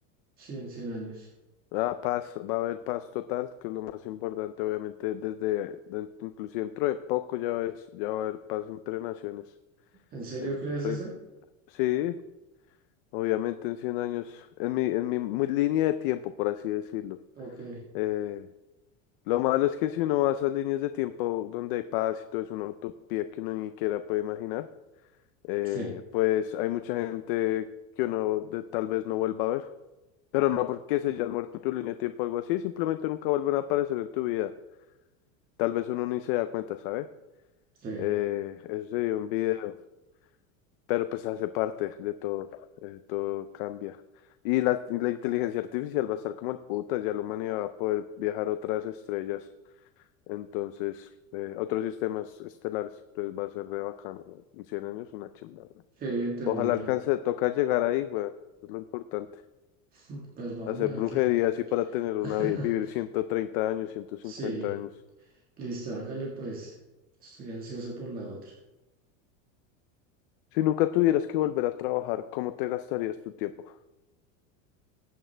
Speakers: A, on the right (about 20°); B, on the left (about 45°).
A: sí, en cien años.
B: ah, paz, va a haber paz total, que es lo más importante, obviamente, desde, den- inclusive dentro de poco ya ves, ya va a haber paz entre naciones,
A: ¿En serio
B: eso es
A: crees
B: súper,
A: eso?
B: im- sí, obviamente en 100 años, en mi, en mi, mi línea de tiempo, por así decirlo.
A: Ok.
B: eh, Lo malo es que si uno va a esas líneas de tiempo donde hay paz y todo es una utopía que uno ni siquiera puede imaginar, eh,
A: Sí,
B: pues hay mucha gente que uno de- tal vez no vuelva a ver. Pero no porque se hayan muerto en tu línea de tiempo o algo así, simplemente nunca vuelven a aparecer en tu vida. Tal vez uno ni se da cuenta, ¿sabes?
A: sí,
B: Eh, eso sería un video, pero pues hace parte de todo, eh, todo cambia. Y la, y la inteligencia artificial va a estar como el puta, ya la humanidad va a poder viajar a otras estrellas Entonces, eh, otros sistemas estelares, entonces va a ser re bacano, güey. En 100 años una chimba, güey.
A: sí, entendible.
B: Ojalá alcance, toca llegar ahí, güey. Es lo importante.
A: <laughs> Pues vamos
B: Hacer
A: a
B: brujería
A: ver qué.
B: así para tener una,
A: <laughs>
B: vi- vivir 130 años, ciento cincuenta
A: Sí,
B: años.
A: listo, hágale pues. Estoy ansioso por la otra.
B: Si nunca tuvieras que volver a trabajar, ¿cómo te gastarías tu tiempo?